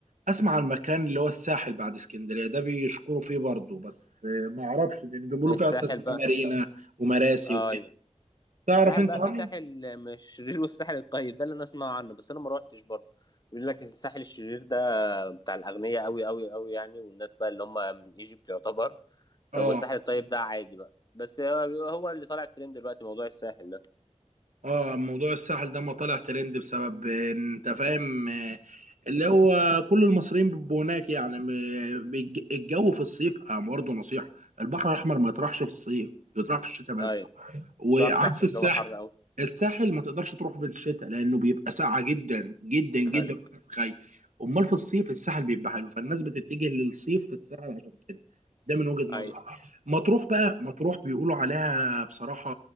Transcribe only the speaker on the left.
الساحل
بقى
آه،
ايوه
الساحل
بقى
في ساحل مشرير والساحل الطيب ده اللي انا اسمع عنه بس انا ما روحتش برضه يقول لك الساحل الشرير ده بتاع الاغنياء قوي قوي قوي يعني والناس بقى اللي هم من ايجيبت يعتبر
والساحل الطيب ده عادي بقى بس هو هو اللي طالع الترند دلوقتي موضوع الساحل ده
ايوه
صح صح عشان
الجو حر قوي
تلج
ايوه